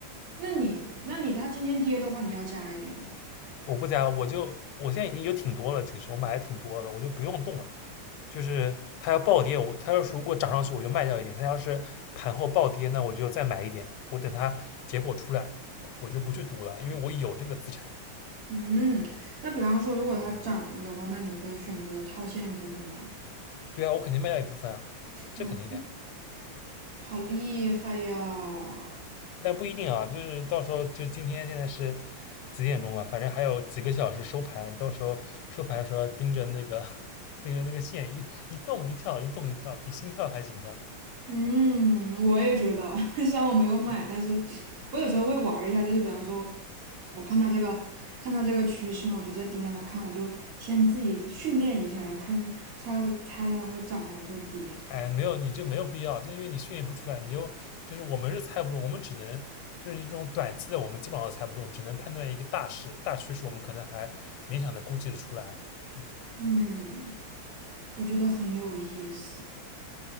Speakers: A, on the right; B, on the left.
A: 那你那你它今天跌的话，你要加一点吗？
B: 我不加，我就我现在已经有挺多了，其实我买的挺多了，我就不用动了。就是它要暴跌，我它要是如果涨上去我就卖掉一点，它要是盘后暴跌那我就再买一点，我等它结果出来我就不去赌了，因为我有这个资产。
A: 嗯，那比方说如果它涨了的话，那你会选择套现部分吗？
B: 对啊，我肯定卖掉一部分啊，这肯定的呀。
A: 嗯，好厉害呀！
B: 但不一定啊，就是到时候就今天现在是几点钟了，反正还有几个小时收盘，到时候收盘的时候盯着那个 <laughs> 盯着那个线一一动一跳一动一跳，比心跳还紧张。
A: 嗯，我也觉得，<laughs> 虽然我没有买，但是我有时候会玩儿一下，就是比方说，我看它这个，看它这个趋势嘛，我就在盯着它看，我就先自己训练一下，看它猜它会涨还是会跌。
B: 哎，没有，你这没有必要，这因为你训练不出来，你又就是我们是猜不中，我们只能就是一种短期的，我们基本上都猜不中，只能判断一个大势大趋势，我们可能还勉强的估计的出来，嗯，
A: 嗯，我觉得很有意思。